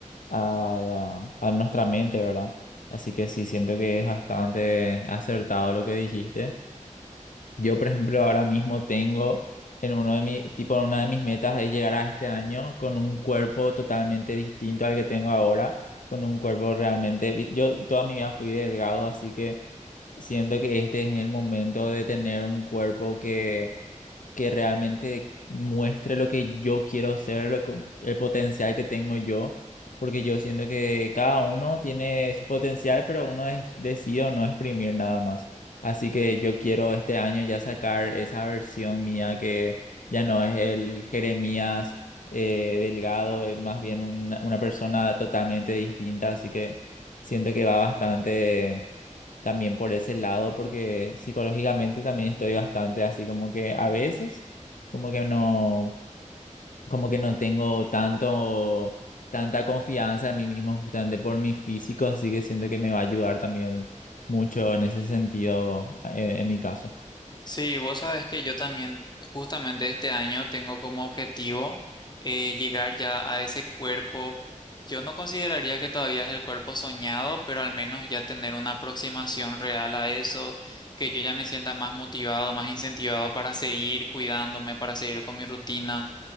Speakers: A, on the left; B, on the left.
A: a, la- a nuestra mente, ¿verdad? Así que sí, siento que es bastante acertado lo que dijiste. Yo, por ejemplo, ahora mismo tengo en uno de mi, tipo, en una de mis metas es llegar a este año con un cuerpo totalmente distinto al que tengo ahora, con un cuerpo realmente, vi- yo toda mi vida fui delgado, así que siento que este es el momento de tener un cuerpo que, que realmente muestre lo que yo quiero ser, lo co- el potencial que tengo yo, porque yo siento que cada uno tiene su potencial, pero uno es, decide o no exprimir nada más. Así que yo quiero este año ya sacar esa versión mía que ya no es el Jeremías eh, Delgado, es más bien una, una persona totalmente distinta. Así que siento que va bastante también por ese lado, porque psicológicamente también estoy bastante así como que a veces, como que no como que no tengo tanto, tanta confianza en mí mismo justamente por mi físico, así que siento que me va a ayudar también mucho en ese sentido, eh, en mi caso.
B: Sí, vos sabes que yo también justamente este año tengo como objetivo eh, llegar ya a ese cuerpo. Yo no consideraría que todavía es el cuerpo soñado, pero al menos ya tener una aproximación real a eso, que yo ya me sienta más motivado, más incentivado para seguir cuidándome, para seguir con mi rutina.